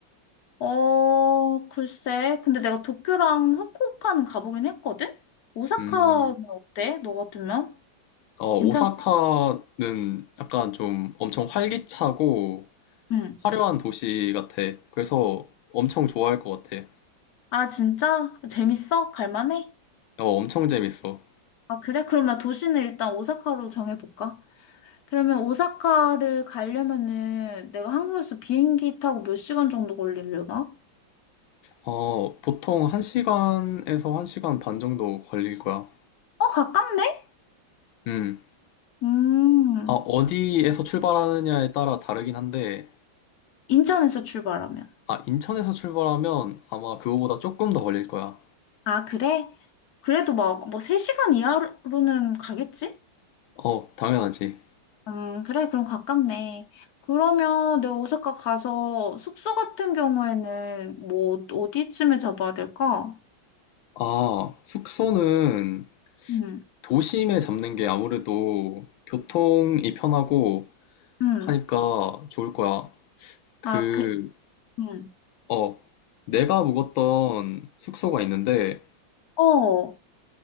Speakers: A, on the left; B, on the left.
A: 어, 글쎄. 근데 내가 도쿄랑 후쿠오카는 가보긴 했거든? 오사카는
B: 음,
A: 어때? 너 같으면?
B: 어,
A: 괜찮아?
B: 오사카는 약간 좀 엄청 활기차고
A: 응.
B: 화려한 도시 같아. 그래서 엄청 좋아할 것 같아.
A: 아, 진짜? 재밌어? 갈만해?
B: 어, 엄청 재밌어.
A: 아, 그래? 그럼 나 도시는 일단 오사카로 정해볼까? 그러면 오사카를 가려면은 내가 한국에서 비행기 타고 몇 시간 정도 걸리려나?
B: 어, 보통 1시간에서 1시간 반 정도 걸릴 거야.
A: 어, 가깝네?
B: 음.
A: 음.
B: 아, 어디에서 출발하느냐에 따라 다르긴 한데,
A: 인천에서 출발하면.
B: 아, 인천에서 출발하면 아마 그거보다 조금 더 걸릴 거야.
A: 아, 그래? 그래도 막, 뭐, 3시간 이하로는 가겠지?
B: 어, 당연하지.
A: 음, 그래, 그럼 가깝네. 그러면 내가 오사카 가서 숙소 같은 경우에는 뭐, 어디쯤에 잡아야 될까?
B: 아, 숙소는
A: 음,
B: 도심에 잡는 게 아무래도 교통이 편하고
A: 음.
B: 하니까 좋을 거야. 그,
A: 아, 그, 음.
B: 어, 내가 묵었던 숙소가 있는데,
A: 어,